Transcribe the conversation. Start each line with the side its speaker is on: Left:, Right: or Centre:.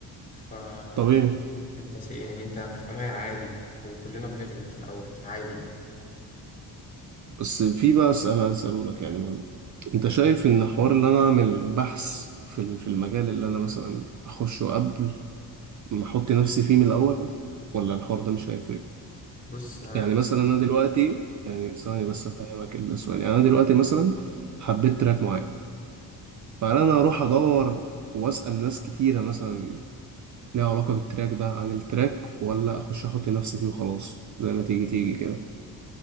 Left: فأنت
Right: طبيعي
Left: سي يعني أنت في أمان عادي وكلنا بنغلط في الأول فعادي يعني
Right: بس في بقى اسال اساله لك يعني مهم. انت شايف ان حوار اللي انا اعمل بحث في ال- في المجال اللي انا مثلا اخشه قبل ما احط نفسي فيه من الاول ولا الحوار ده مش هيفرق
Left: بص أنا
Right: يعني مثلا انا دلوقتي يعني ثواني بس افهمك السؤال يعني انا دلوقتي مثلا حبيت تراك معين فانا أنا اروح ادور واسال ناس كتيره مثلا ليها علاقه بالتراك ده عن التراك ولا اخش احط نفسي فيه وخلاص زي ما تيجي تيجي كده